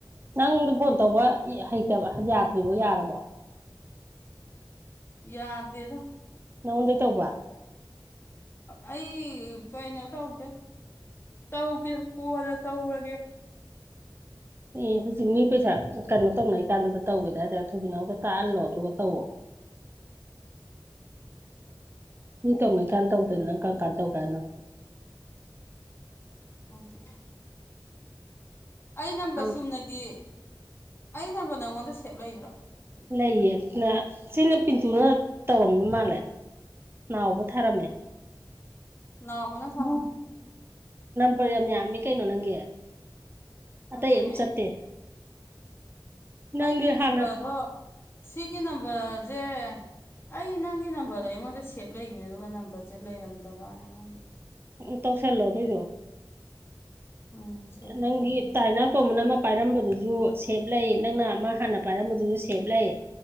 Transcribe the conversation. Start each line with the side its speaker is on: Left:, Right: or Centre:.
Right: ꯅꯪꯗ ꯐꯣꯟ ꯇꯧꯕ ꯍꯩꯇꯕ ꯌꯥꯗ꯭ꯔꯤꯕꯣ ꯌꯥꯔꯕꯣ
Left: ꯌꯥꯔꯗꯗ
Right: ꯅꯉꯣꯟꯗꯩ ꯇꯧꯕ
Left: ꯑꯩ ꯀꯩꯅꯣ ꯇꯧꯗꯦ ꯇꯎꯒ ꯀꯨꯋꯥꯗ ꯇꯥꯎꯒ
Right: ꯑꯦ ꯍꯧꯖꯤꯛ ꯃꯤ ꯄꯩꯁꯥ ꯀꯩꯅꯣ ꯇꯧꯅꯩ ꯀꯥꯟꯗꯨꯗ ꯇꯧꯒꯦꯗ ꯍꯥꯏꯇꯥꯔꯦ ꯑꯊꯣꯏꯕꯤꯅꯥꯎꯗ ꯇꯥꯛꯍꯜꯂꯣ ꯑꯗꯨꯒ ꯇꯧꯋꯣ ꯃꯤ ꯇꯧꯃꯩ ꯀꯥꯟ ꯇꯧꯗꯅ ꯅꯪ ꯀꯔ ꯀꯥꯟ ꯇꯧꯈ꯭ꯔꯅꯣ
Left: ꯑꯣꯗꯦ ꯑꯩ ꯅꯝꯕꯔ
Right: ꯌꯥꯝ
Left: ꯆꯨꯝꯅꯒꯤ ꯑꯩ ꯅꯝꯕꯔ ꯅꯪꯉꯣꯟꯗ ꯁꯦꯞ ꯂꯩꯕ꯭ꯔꯣ
Right: ꯂꯩꯌꯦ ꯁꯤꯅ ꯄꯤꯟꯇꯨꯅ ꯇꯧꯔꯝꯕ ꯃꯥꯜꯂꯦ ꯅꯥꯕꯨ ꯊꯥꯔꯝꯃꯦ
Left: ꯅꯅꯥꯕꯨꯅ ꯊ
Right: ꯕꯔ ꯌꯥꯝ ꯌꯥꯝꯃꯤ ꯀꯩꯅꯣ ꯅꯪꯒꯤ ꯑꯇꯩ
Left: ꯑꯗꯨ ꯑꯗꯨꯅꯦ
Right: ꯑꯝ ꯆꯠꯇꯦ ꯅꯪꯒꯤ
Left: ꯑꯩꯒꯤ ꯅꯝꯕꯔꯗꯣ
Right: ꯍꯥꯟꯅ
Left: ꯁꯤꯒꯤ ꯅꯝꯕꯔꯁꯦ ꯑꯩ ꯅꯪꯒꯤ ꯅꯝꯕꯔꯗꯣ ꯑꯩꯉꯣꯟꯗ ꯁꯦꯞ ꯂꯩꯈꯤꯕꯅꯦ ꯑꯗꯨꯒ ꯅꯝꯕꯔꯁꯦ ꯂꯩꯔꯝꯗꯕꯅ ꯑꯩꯉꯣꯟꯗ
Right: ꯎꯝ ꯇꯧꯁꯜꯂꯣ ꯑꯗꯨꯏꯗꯣ
Left: ꯎꯝ ꯁꯦꯞ ꯇꯧꯁꯟꯕꯅꯤ
Right: ꯅꯪꯒꯤ ꯇꯥꯏꯅꯥ ꯄꯣꯃꯟ ꯑꯃ ꯄꯥꯏꯔꯝꯕꯗꯨꯁꯨ ꯑꯗꯨ ꯁꯦꯞ ꯂꯩ ꯅꯪꯅ ꯑꯃ ꯍꯥꯟꯅ ꯄꯥꯏꯔꯝꯕꯗꯨꯁꯨ ꯁꯦꯞ ꯂꯩ